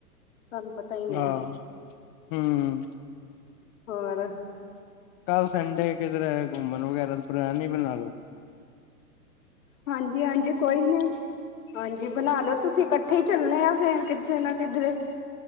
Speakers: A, on the left (about 55°); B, on the left (about 25°).
A: ਤੁਹਾਨੂੰ ਪਤਾ ਹੀ
B: ਆਹ
A: ਹੈ
B: ਹਮ
A: ਹੋਰ
B: ਕੱਲ ਸੰਡੇ ਕਿਧਰੇ ਘੁੰਮਣ ਵਗੈਰਾ ਪਲੈਨ ਹੀ ਬਣਾਲੋ
A: ਹਾਂਜੀ ਹਾਂਜੀ ਕੋਈ ਨੀ ਹਾਂਜੀ ਬਣਾ ਲੋ ਤੁਸੀਂ ਇਕੱਠੇ ਹੀ ਚੱਲਣੇ ਆ ਫੇਰ ਕਿੱਥੇ ਨਾ ਕਿਧਰੇ